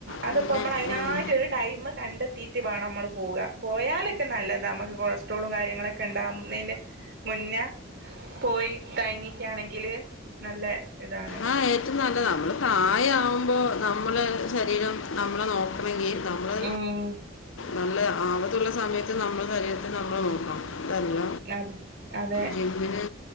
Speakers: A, on the right; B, on the left.
A: അതിപ്പോ
B: പിന്നെ
A: നമ്മൾ അതിനായിട്ട
B: ഉം.
A: ഒരു ടൈം കണ്ടെത്തിയിട്ട് വേണം നമ്മൾ പോക പോയാലൊക്കെ നല്ലത നമുക്ക് കൊ ഇോളും കാര്യങ്ങളൊക്കെ ഉണ്ടാവുന്നതിന്റെ മുന്നേ പോയി താങ്ങിക്കയാണെങ്കില് നല്ല ഇതാണ്.
B: ആ ഏറ്റവും നല്ലത് നമ്മള് തായ ആവുമ്പോ നമ്മള ശരീരം നമ്മളെ നോക്കണമെങ്കിൽ നമ്മള്
A: ഉം
B: നല്ല ആവത്തുള്ള സമയത്ത് നമ്മൾ ശരീരത്തി നമ്മളെ നോക്കാം. ഇതല്ല
A: അതെ അതെ
B: ജിമ്മിന്